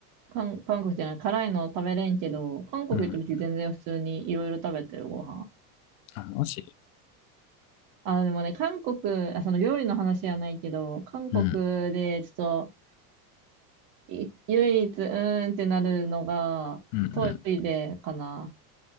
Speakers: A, on the right; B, on the left.
A: 韓、韓国じゃない、辛いの食べれんけど、韓国行った時全然普通にいろいろ食べてるご飯。
B: うん。あ、マジ
A: あ、でもね、韓国、あ、その料理の話じゃないけど、韓国でちょっと、
B: うん。
A: い唯一、うーんってなるのが、
B: うんうん。
A: トイレかな。